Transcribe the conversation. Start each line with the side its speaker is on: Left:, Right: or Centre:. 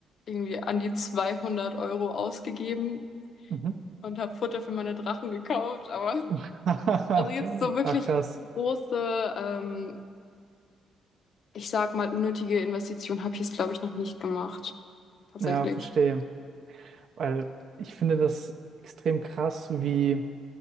Left: irgendwie an die 200 Euro ausgegeben
Right: Mhm.
Left: und habe Futter für meine Drachen gekauft, aber
Right: <laughs>
Left: <laughs> also jetzt so wirklich
Right: Ach krass.
Left: große, ähm, ich sag mal, unnötige Investition habe ich jetzt, glaube ich, noch nicht gemacht. Tatsächlich.
Right: Ja, verstehe. Weil ich finde das extrem krass, wie